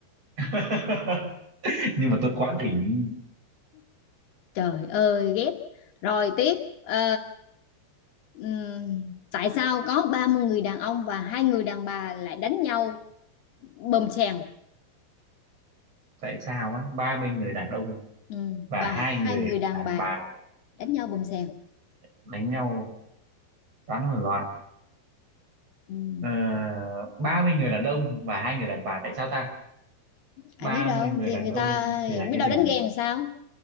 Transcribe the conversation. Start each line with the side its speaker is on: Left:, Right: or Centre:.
Right: <laughs> nhưng mà tôi quá đỉnh
Left: trời ơi ghét rồi tiếp Ờ, ừm, tại sao có 30 người đàn ông và hai người đàn bà lại đánh nhau bầm sèn
Right: tại sao á 30 người đàn ông
Left: Ừm,
Right: và
Left: và
Right: hai
Left: hai
Right: người
Left: người đàn
Right: đàn
Left: bà
Right: bà
Left: đánh nhau bầm sèn
Right: đánh nhau tán loạn
Left: Ừm,
Right: ờ, 30 người đàn ông và hai người đàn bà tại sao ta
Left: ai
Right: ba
Left: biết đâu
Right: mươi người
Left: thì
Right: đàn
Left: người
Right: ông
Left: ta
Right: thì là cái
Left: biết đâu
Right: gì
Left: đánh
Right: nhỉ
Left: ghen làm sao